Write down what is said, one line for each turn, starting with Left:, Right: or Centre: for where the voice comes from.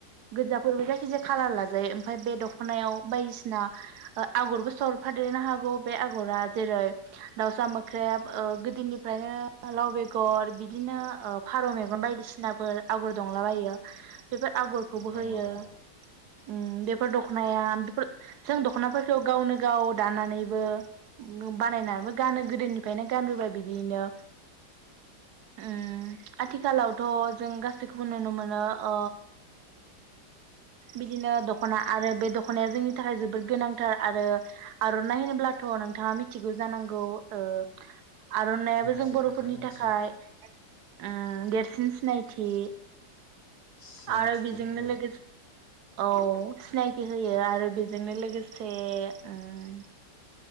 Right: गोजाफोरबो जायखि जाया खालार लाजायो ओमफफ्राय बे दख'नायाव बायदिसिना आगरबो सरफादेरनो हागौ बे आग'रा जेरै दाउसा मोख्रेब गोदोनिफ्रायनो लाव बेगर बिदिनो फारौ मेगन बायदिसिनाफोर आगर दंलाबायो। बेफोर आगरखौबो
Left: दङ
Right: होयो
Left: दङ
Right: ओम बेफोर दख'नाया बेफोर जों दख'नाफोरखौ गावनो गाव दानानैबो बानायनानैबो गानो गोदोनिफ्रायनो गानबोबाय बिदियनो उम आथिखालावथ' जों गासैखौबो नुनो मोनो ओ बिदिनो दख'ना आरो बे दख'नाया जोंनि थाखाय जोबोद गोनांथार आरो आर'नाइ होनोब्लाथ' नोंथाङा मिथिगौ जानांगौ ओ आर'नायाबो
Left: मिथियो
Right: जों बर'फोरनि
Left: नोंथां मिथियो
Right: थाखाय उम देरसिन सिनायथि
Left: सिनायथि
Right: आरो बिजोंनो
Left: औ
Right: लोगोसे औ सिनायथि होयो आरो बेजोंनो लोगोसे उम